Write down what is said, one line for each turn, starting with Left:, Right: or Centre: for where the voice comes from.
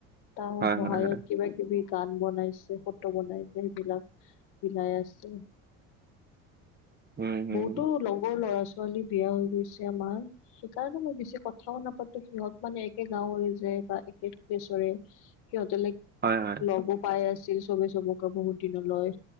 Left: তাৰ
Right: হয়
Left: সহায়ত
Right: হয় হয়
Left: কিবা কিবি গান বনাইছে, ফটো বনাইছে সেইবিলাক। বিলাই আছে।
Right: উম হম
Left: বহুতো লগৰ ল'ৰা ছ ছোৱালী বিয়া হৈ গৈছে আমাৰ। সেইকাৰণে মই বেছি কথাও নাপাতো। সিহঁত মানে একে গাঁৱৰে যায় বা একে প্লেছৰে। সিহঁতে লাইক
Right: হয় হয়
Left: লগো পাই আছে ছিল চবে সবকে বহত দিনত লয়।